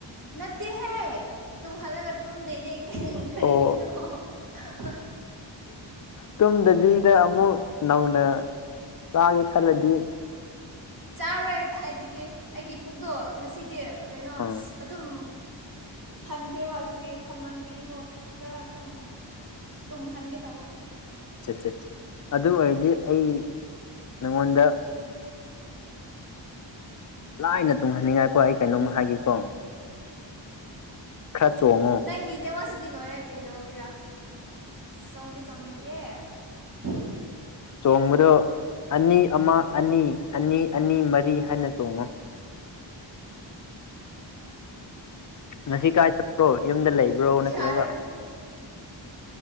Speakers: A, on the right (about 45°); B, on the left (about 45°).
A: ꯅꯠꯇꯦꯍꯦ ꯇꯨꯝꯍꯜꯂꯒ ꯇꯨꯝꯗꯣꯢꯅꯦ ꯀ ꯀꯔꯤꯅ
B: ꯑꯣ
A: ꯑ ꯍ
B: ꯇꯨꯝꯗꯕꯤꯗ ꯑꯃꯨꯛ ꯅꯧꯅ ꯆꯥꯒꯦ ꯈꯂꯗꯤ
A: ꯆꯥꯔꯣꯏ ꯀꯗꯥꯏꯗꯒꯤ ꯑꯩꯒꯤ ꯄꯨꯛꯇꯣ ꯉꯁꯤꯗꯤ ꯀꯩꯅꯣ
B: ꯑꯥ
A: ꯑꯗꯨꯝ ꯊꯟꯈ꯭ꯔꯦꯕ ꯑꯗꯨꯒꯤ ꯊꯝꯃꯟꯕꯒꯤꯀꯣ ꯈꯔ ꯑꯗꯨꯝꯃꯛ ꯇꯨꯝꯍꯟꯒꯦ ꯇꯧꯕ
B: ꯁꯠ ꯁꯠ ꯑꯗꯨ ꯑꯣꯏꯔꯗꯤ ꯑꯩ ꯅꯪꯉꯣꯟꯗ ꯂꯥꯏꯅ ꯇꯨꯡꯍꯟꯅꯤꯡꯉꯥꯏꯀꯣ ꯑꯩ ꯀꯩꯅꯣꯝ ꯍꯥꯏꯒꯦꯀꯣ ꯈꯔ ꯆꯣꯡꯉꯣ
A: ꯅꯪꯒꯤ ꯅꯦꯉꯣꯁꯤꯗꯤ ꯂꯣꯏꯔꯦ ꯀꯩꯗꯧꯒꯤꯔ ꯆꯣꯡꯗꯦ ꯆꯣꯡꯅꯤꯡꯗꯦ ꯑ ꯍ
B: ꯆꯣꯡꯕꯗꯣ ꯑꯅꯤ ꯑꯃ ꯑꯅꯤ ꯑꯅꯤ ꯑꯅꯤ ꯃꯔꯤ ꯍꯥꯏꯅ ꯆꯣꯡꯉꯨ ꯉꯁꯤ ꯀꯥꯏ ꯆꯠꯄ꯭ꯔꯣ ꯌꯨꯝꯗ ꯂꯩꯕ꯭ꯔꯣ ꯅꯠꯇ꯭ꯔꯒ
A: ꯌꯥꯔꯣꯏ ꯑꯗꯨꯗꯤ
B: ꯎ